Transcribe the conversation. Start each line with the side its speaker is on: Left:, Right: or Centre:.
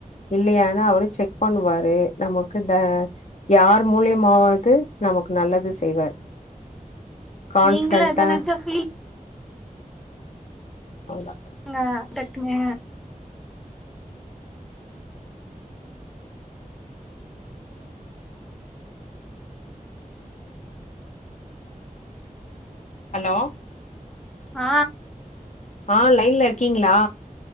Left: இல்லையான்னு அவரு செக் பண்ணுவாரு நமக்கு த யார் மூலியமாவது நமக்கு நல்லது செய்வார் கான்ஃபிடென்டா
Centre: நீங்களு அத நெனச்சா ஃபீல்
Left: அதா
Centre: ங்க டக்குனு
Left: ஹலோ
Centre: ஆ
Left: ஆ லைன்ல இருக்கிங்ளா